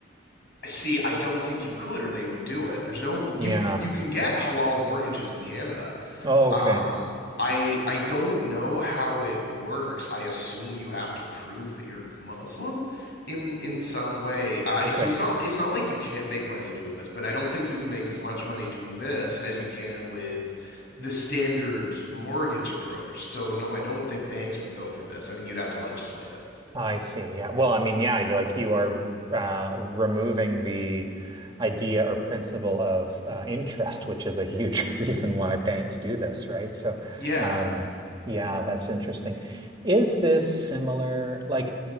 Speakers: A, on the left; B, on the right.
A: See, I don't think you could, or they would do it. There's no
B: Yeah.
A: you. You can get halal mortgages in Canada.
B: Oh,
A: Um,
B: okay.
A: I I don't know how it works. I assume you have to prove that you're Muslim in in some way. Uh,
B: Okay.
A: so it's not it's not like you can't make money doing this, but I don't think you can make as much money doing this as you can with the standard mortgage approach. So no, I don't think banks would go for this. I think you'd have to legislate it.
B: I see. Yeah. Well, I mean, yeah, you like you are uh, removing the idea or principle of uh, interest, which is a huge <laughs> reason why banks do this, right? So,
A: Yeah.
B: um, yeah, that's interesting. Is this similar? Like